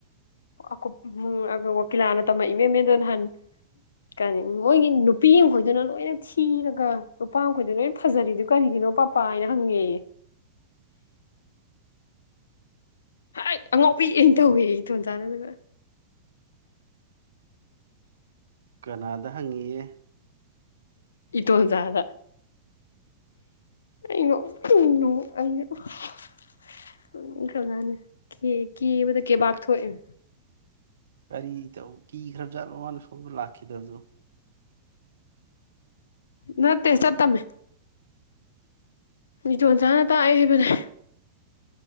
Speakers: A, on the left; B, on the right.
A: <unintelligible> ꯃꯤꯗꯣ ꯅꯍꯟ ꯀꯔꯤ ꯃꯣꯏꯒꯤ ꯅꯨꯄꯤ ꯃꯈꯣꯏꯗꯨꯅ ꯂꯣꯏꯅ ꯊꯤꯔꯒ ꯅꯨꯄꯥ ꯃꯈꯩꯗꯨꯅ ꯂꯣꯏꯅ ꯐꯖꯔꯤꯗꯨ ꯀꯔꯤꯒꯤꯅꯣ <unintelligible> ꯄꯥꯏꯅ ꯍꯪꯉꯦꯌꯦ ꯍꯩꯠ ꯑꯉꯥꯎꯕꯤꯅ ꯇꯧꯋꯦꯌꯦ ꯏꯇꯣꯟ ꯆꯥꯟꯅꯗꯒ
B: ꯀꯅꯥꯗ ꯍꯪꯉꯤꯌꯦ
A: ꯏꯇꯣꯟꯆꯥꯗ ꯑꯩ ꯅꯣꯛꯅꯤꯡ ꯅꯣꯛ ꯑꯩꯩꯅ <unintelligible> ꯀꯦ ꯀꯦꯕꯗ ꯀꯦꯕꯥꯛ ꯊꯣꯛꯏꯝ
B: ꯀꯔꯤ ꯇꯧ ꯀꯤꯈ꯭ꯔꯕ ꯖꯥꯠꯂꯣ ꯃꯥꯅ ꯁꯣꯝꯗ ꯂꯥꯛꯈꯤꯗꯕꯗꯨ
A: ꯅꯠꯇꯦ ꯆꯠꯇꯝꯅꯦ ꯃꯤꯇꯣꯟꯆꯥꯅ ꯇꯥꯛꯑꯦ ꯍꯥꯏꯕꯅꯦ